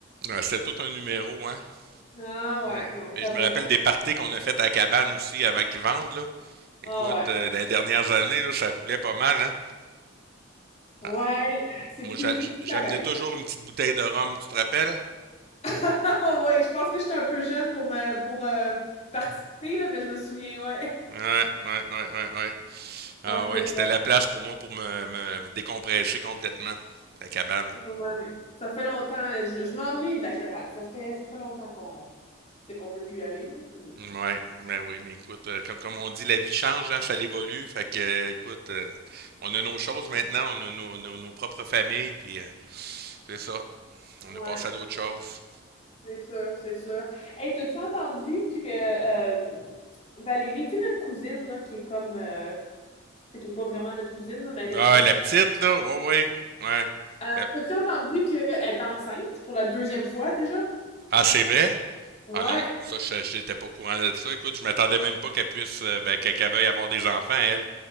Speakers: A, on the right (about 50°); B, on the left (about 30°).
A: ouais, Ah, c'était tout un numéro, hein?
B: Ah ouais,
A: Hmm.
B: non,
A: Mais
B: ça
A: je
B: va
A: me rappelle
B: quand...
A: des parties qu'on a faites à la cabane aussi avant qu'ils vendent, là. Écoute,
B: Ah ouais.
A: euh, dans les dernières années, là, ça roulait pas mal, hein?
B: Ouais,
A: Ah,
B: c'est
A: moi,
B: plus,
A: j'a-
B: c'est plus
A: j'amenais
B: pareil.
A: toujours une petite bouteille de rhum, tu te rappelles?
B: <laughs> ouais, je pense que j'étais un peu jeune pour me pour euh, participer, là, mais je me souviens, ouais.
A: Ouais, ouais, ouais, ouais, ouais. Ah
B: Ah,
A: ouais,
B: c'est drôle.
A: c'était la place pour moi pour me, me décompresser complètement. La cabane.
B: Ouais. Ça fait longtemps. là, Je, je m'ennuie de la cabane. Ça fait ça fait longtemps qu'on c'est qu'on peut plus y aller. là, puis-
A: Ouais, mais oui, mais écoute, euh, comme, comme on dit, la vie change, hein, ça évolue. Fait que, euh, écoute, euh, on a nos choses maintenant, on a nos, nos- nos propres familles, puis euh, c'est ça.
B: Ouais,
A: On a passé à d'autres choses.
B: c'est sûr, c'est sûr. Hey, t'as-tu entendu que euh, Valérie, tu sais, notre cousine, là, qui est comme euh, tu sais, qui est pas vraiment notre cousine, là, mais elle était
A: Ah,
B: comme
A: la petite, là, ouais, ouais, ouais.
B: Euh,
A: La-
B: t'as-tu entendu qu'elle est enceinte pour la deuxième fois déjà?
A: Ah, c'est vrai?
B: Ouais.
A: Ah non, ça, je je n'étais pas au courant de ça. Écoute, je m'attendais même pas qu'elle puisse, euh, ben, qu'elle qu'elle veuille avoir des enfants, elle.